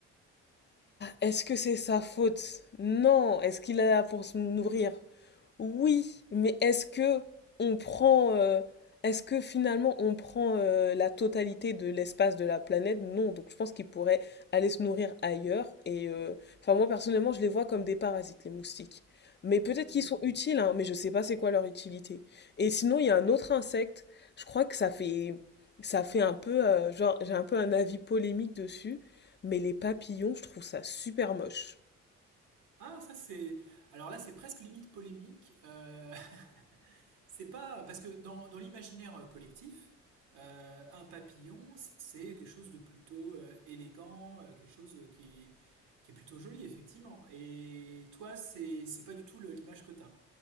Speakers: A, on the left; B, on the right.
A: Est-ce que c'est sa faute? Non, est-ce qu'il est là pour se nourrir? Oui, mais est-ce que on prend, euh, est-ce que finalement on prend euh, la totalité de l'espace de la planète? Non, donc je pense qu'ils pourraient aller se nourrir ailleurs. Et euh, enfin moi personnellement, je les vois comme des parasites, les moustiques. Mais peut-être
B: Hmm.
A: qu'ils sont utiles, hein, mais je sais pas c'est quoi leur utilité. Et sinon, il y a un autre insecte. Je crois que ça fait, ça fait un peu, euh, genre j'ai un peu un avis polémique dessus, mais les papillons, je trouve ça super moche.
B: Ah, ça c'est. Alors là, c'est presque limite polémique. Euh, <laughs> C'est pas parce que dans, dans l'imaginaire collectif, euh, un papillon, c'est quelque chose de plutôt euh, élégant, euh, quelque chose qui, qui est plutôt joli, effectivement. Et toi, c'est c'est pas du tout le- l'image que t'as.